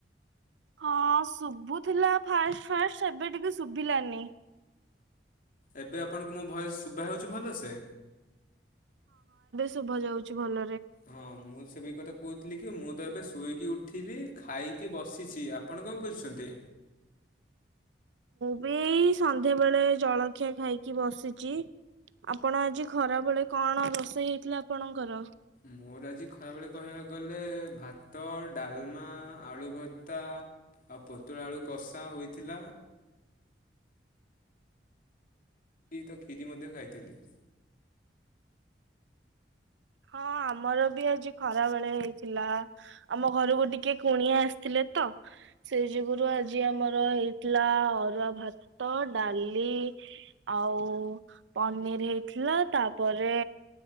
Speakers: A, on the right; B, on the left.
A: ହଁ ଶୁଭୁଥିଲା ଫାଷ୍ଟ ଫାଷ୍ଟ ଏବେ ଟିକେ ଶୁଭିଲାନି।
B: ଏବେ ଆପଣଙ୍କୁ ମୋ ଭୟସ ଶୁଭା ହଉଛି ଭଲ ସେ
A: ଶୁଭ ଯାଉଛି ଭଲ।
B: ହଁ ମୁଁ ସେପ କଥା କହୁଥିଲି କି ମୁଁ ତ ଏବେ ଶୋଇକି ଉଠିଲି ଖାଇକି ବସିଛି, ଆପଣ କଣ କରୁଛନ୍ତି?
A: ମୁ ସନ୍ଧ୍ୟାବେେଳେ ଜଳଖିଆ ଖାଇକି ବସିଛି। ଆପଣ ଆଜି ଖରା ବଳେ କଣ ରୋଷେଇ ହେଇଥିଲା ଆପଣଙ୍କର?
B: ମୋର ଆଜି ଖରାବେଳେ କହିବାକୁ ଗଲେ ତ ଡାଲମା ଆଳୁ ଭତ୍ତା ଆଉ ପୋତଳା ଆଳୁ କଷା ହୋଇଥିଲା। କ ତ କ୍ଷୀରି ମଧ୍ୟ ଖାଇଥିଲି।
A: ହଁ ଆମର ବି ଆଜି ଖରା ବେଳେ ହେଇଥିଲା ଆମ ଘରୁକୁ ଟିକେ କୁଣିଆ ଆସିଥିଲେ। ତ ସେଇ ଯୁଗୁରୁ ଆଜି ଆମର ହେଇଥିଲା ଅରୁଆ ଭାତ ଡାଲି ଆଉ ପନିର ହେଇଥିଲା ତାପରେ